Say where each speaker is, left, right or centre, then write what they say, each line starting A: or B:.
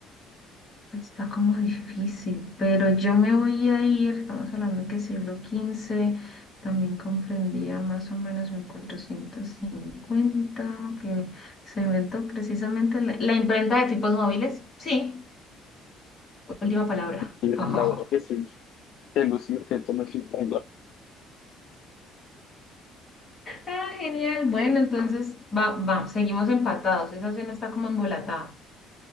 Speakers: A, on the left; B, on the left.
A: está como difícil, pero yo me voy a ir, estamos hablando que siglo quince también comprendía más o menos mil cuatrocientos cincuenta. que se inventó precisamente la, la imprenta de tipos móviles. Sí, última palabra.
B: Y la
A: <laughs>
B: verdad que sí, te luciste, tú me hiciste.
A: Ah, genial. Bueno, entonces va, va, seguimos empatados. Esa cena está como embolatada.